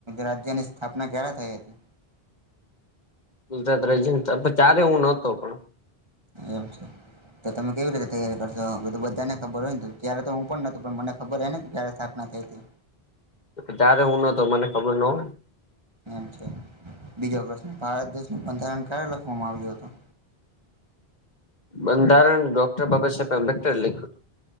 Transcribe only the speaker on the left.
કુલતા રાજે ત્યાં પણ ત્યારે હું નતો પણ.
તારે હું નતો મને ખબર ન હોય.
બંધારણ ડોક્ટર બાબા સાહેબ આંબેડકરે લયખું